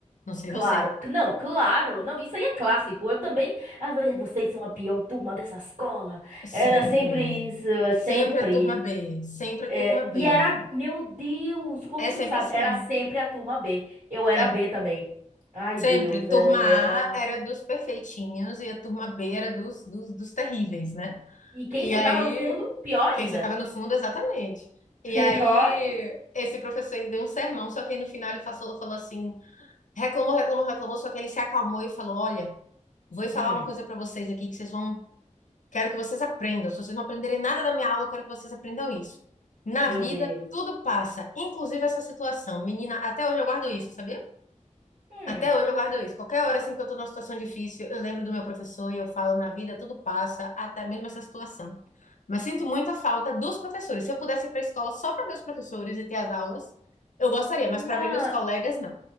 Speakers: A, on the left; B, on the right.
A: Não sei
B: Claro,
A: você.
B: não, claro, não, isso aí é clássico. Eu também, ah, eh, vocês são a pior turma dessa escola.
A: Sempre.
B: Era sempre isso,
A: Sempre
B: sempre.
A: a turma B. Sempre a
B: É,
A: turma B.
B: e era, meu Deus, como
A: É
B: tu
A: sempre
B: sabe,
A: assim.
B: era sempre a turma B. Eu era
A: É.
B: B também. Ai,
A: Sempre.
B: Deus,
A: Turma
B: é, era.
A: A era dos perfeitinhos e a turma B era dos, dos, dos terríveis, né?
B: E quem
A: E
B: sentava
A: aí,
B: no fundo, pior ainda.
A: quem você tava no fundo, exatamente. E
B: <laughs> Pior.
A: aí, esse professor ele deu um sermão, só que aí no final ele falou, falou assim: reclamou, reclamou, reclamou, só que ele se acalmou e falou: Olha, vou falar
B: Hum,
A: uma coisa pra vocês aqui que vocês vão Quero que vocês aprendam. Se vocês não aprenderem nada da minha aula, eu quero que vocês aprendam isso. Na
B: meu
A: vida,
B: Deus.
A: tudo passa, inclusive essa situação. Menina, até hoje eu guardo isso, sabia?
B: Hum,
A: Até hoje eu guardo isso. Qualquer hora assim que eu tô numa situação difícil, eu lembro do meu professor e eu falo, na vida tudo passa, até mesmo essa situação. Mas sinto muita falta dos professores. Se eu pudesse ir para a escola só para ver os professores e ter as aulas, eu gostaria, mas
B: uma,
A: para ver meus colegas, não.